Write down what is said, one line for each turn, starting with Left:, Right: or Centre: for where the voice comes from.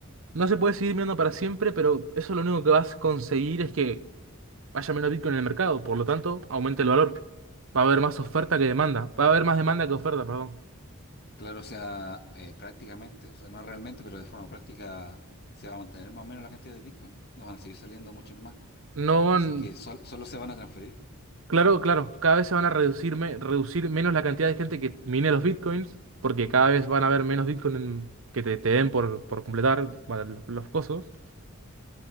Right: no se puede seguir mirando para siempre, pero eso lo único que vas a conseguir es que haya menos Bitcoin en el mercado. Por lo tanto, aumente el valor. Va a haber más oferta que demanda. Va a haber más demanda que oferta, perdón.
Left: Claro, o sea, eh, prácticamente, o sea, no realmente, pero de forma práctica se va a mantener más o menos la cantidad de bitcoin. No van a seguir saliendo muchos más.
Right: No van,
Left: Así que sol- solo se van a transferir.
Right: claro, claro, cada vez se van a reducir, me- reducir menos la cantidad de gente que mine los bitcoins, porque
Left: Ujú,
Right: cada vez van a haber menos bitcoins que te, te den por, por completar para los, los cosos,